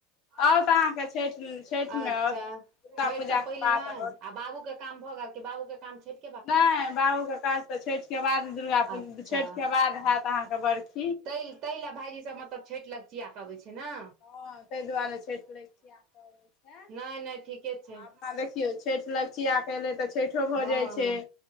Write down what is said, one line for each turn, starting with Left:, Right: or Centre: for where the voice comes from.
Right: <unintelligible>
Left: आउ तऽ अहाँके छठि छठिमे
Right: अच्छा
Left: आउ दुर्गा
Right: छैठ
Left: पूजाके
Right: स पहिले
Left: बाद
Right: नै आ
Left: आउ
Right: बाबू केँ काम भऽ गेल की बाबू केँ काम छैठ
Left: नै बाबू केँ काज तऽ छैठ केँ बाद दुर्गा पूजा
Right: अच्छा
Left: छैठ केँ बाद हैत अहाँ केँ बरखि
Right: तै तै लऽ भाईजी सब मतलब छैठ लगचिया कऽ अबै छै न
Left: हँ तैय दुआरे छैठ लगचिया कऽ अबै छै
Right: नहि नहि ठीके छै
Left: आब ता देखियौ छैठ लगचिया कऽ एले तऽ छैठो भऽ
Right: हँ
Left: जाइ छै
Right: हँ